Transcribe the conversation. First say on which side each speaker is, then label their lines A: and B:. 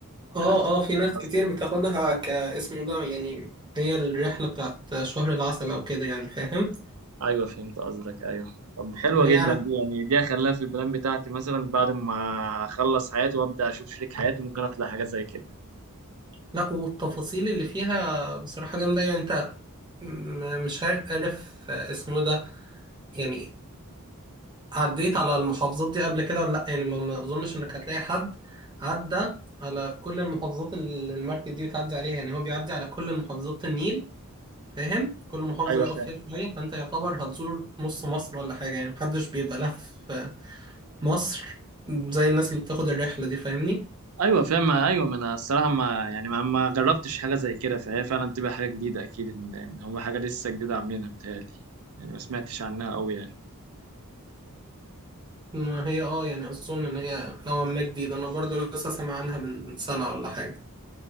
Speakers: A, on the right; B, on the right.
A: اه
B: انا فهمت
A: اه في ناس
B: قصدك.
A: كتير بتاخدها كاسمه ده يعني هي الرحلة بتاعت شهر العسل او كده يعني فاهم
B: ايوه فهمت قصدك ايوه طب حلوه
A: هي
B: جدا
A: على
B: دي يعني دي هخليها في البلان بتاعتي مثلا بعد ما اخلص حياتي وابدا اشوف شريك حياتي ممكن اطلع حاجه زي كده
A: لا والتفاصيل اللي فيها بصراحة جامدة يعني انت م- مش عارف اسمه ده يعني عديت على المحافظات دي قبل كده ولا لا يعني ما ما اظنش انك هتلاقي حد عدى على كل المحافظات اللي المركب دي بتعدي عليها يعني هو بيعدي على كل محافظات النيل فاهم كل محافظة
B: ايوه
A: يقف
B: فاهم
A: فيها شوية فانت يعتبر هتزور نص مصر ولا حاجة يعني محدش بيبقى لف مصر زي الناس اللي بتاخد الرحلة دي فاهمني
B: ايوه فاهم ايوه ما انا الصراحه ما يعني ما, ما جربتش حاجه زي كده فهي فعلا تبقى حاجه جديده اكيد ان إن هو حاجه لسه جديده عاملينها بتهيألي يعني ما سمعتش عنها قوي يعني
A: ما هي اه يعني أظن إن هي نوعا ما جديدة أنا برضو لسه سامع عنها من سنة ولا حاجة